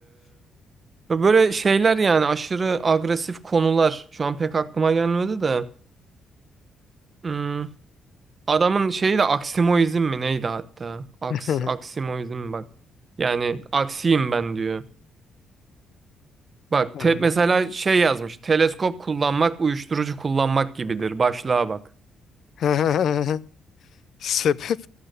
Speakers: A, on the right (about 35°); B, on the left (about 65°).
A: ve Böyle şeyler yani aşırı agresif konular. Şu an pek aklıma gelmedi de. Hmm, adamın şeyi de aksimoizm mi neydi hatta? Aks,
B: hı.
A: aksimoizm mi bak. Yani aksiyim ben diyor. Bak
B: <laughs>
A: te- mesela şey yazmış. Teleskop kullanmak uyuşturucu kullanmak gibidir. Başlığa bak.
B: Ha. <laughs> Sebep